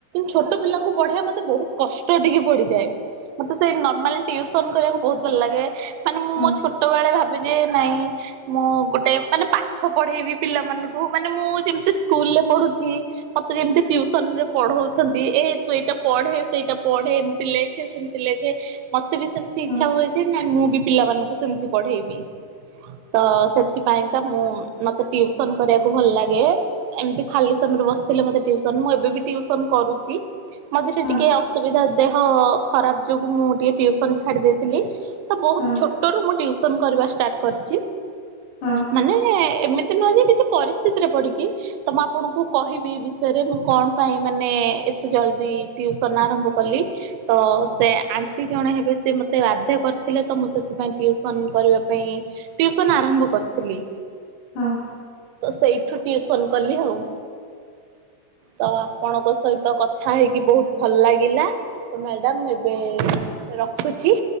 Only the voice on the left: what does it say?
ହଁ
ହଁ
ହଁ
ହଁ
ହଁ।
ହଁ।